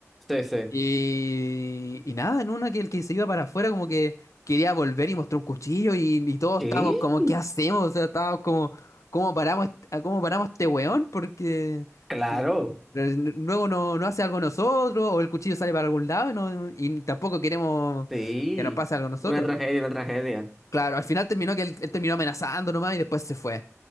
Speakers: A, in the centre; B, on the left (about 75°).
A: Sí, sí.
B: Y, y nada, en una que el que se iba para afuera como que quería volver y mostró un cuchillo y, y todos
A: ¿Qué?
B: estábamos como, ¿qué hacemos? O sea, estábamos como, ¿cómo paramos, a cómo paramos este weón? Porque
A: Claro.
B: eh, Luego no, no hace algo nosotros, o el cuchillo sale para algún lado y, no- y tampoco queremos
A: Sí.
B: que nos pase algo a nosotros.
A: Una tragedia, una tragedia.
B: Claro, al final terminó que él, él terminó amenazando nomás y después se fue.